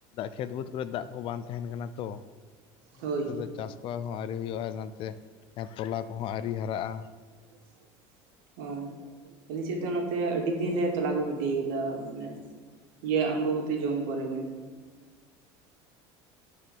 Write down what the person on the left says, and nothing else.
ᱠᱷᱮᱛ ᱵᱟᱹᱫᱽ ᱠᱚᱨᱮᱜ ᱫᱟᱜ ᱠᱚ ᱵᱟᱝ ᱛᱟᱦᱮᱱ ᱠᱟᱱᱟ ᱛᱚ ᱾ ᱱᱚᱱᱛᱮ
ᱫᱚ ᱪᱟᱥ ᱠᱚ ᱦᱚᱸ ᱟᱹᱣᱨᱤ ᱦᱩᱭᱩᱜᱼᱟ, ᱱᱚᱛᱮ ᱛᱚᱞᱟ ᱠᱚᱦᱚᱸ ᱟᱹᱣᱨᱤ ᱦᱟᱨᱟᱜᱼᱟ ᱾